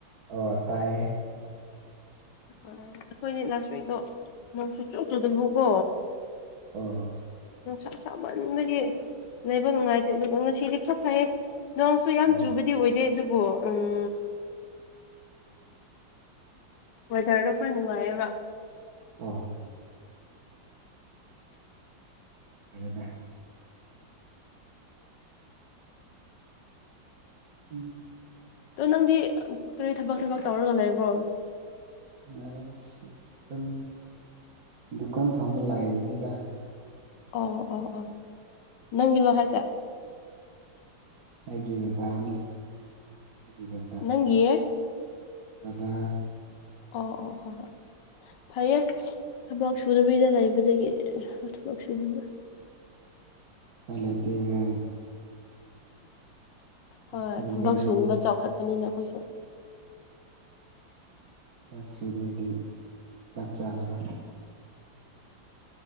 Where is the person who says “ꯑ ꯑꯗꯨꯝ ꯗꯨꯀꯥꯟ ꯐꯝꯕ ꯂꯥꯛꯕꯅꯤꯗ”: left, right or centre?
Right